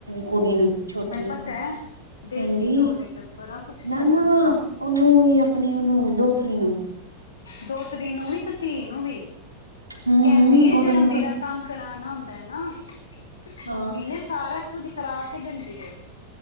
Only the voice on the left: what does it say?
ਮੈਨੂੰ
ਪਤਾ ਹੈ ਦੇਸੀ
ਘਿਓ ਦੇ ਡੱਬਾ ਬੜਾ ਕੁਛ
ਲਿਆ ਕੇ ਦਿੱਤਾ ਹੈ
ਦੋਤਰੀ ਨੂੰ ਵੀ ਤੇ ਧੀ ਨੂੰ ਵੀ,
ਕਹਿੰਦੀ
ਹੈ ਜਿਹੜਾ
ਮੇਰਾ ਕੰਮ ਕਰਾਣਾ ਹੁੰਦਾ ਨਾ
ਮੰਮੀ ਨੇ, ਸਾਰਾ ਇੱਥੋਂ ਦੀ ਕਰਾ ਕੇ ਦਿੰਦੀ ਆ।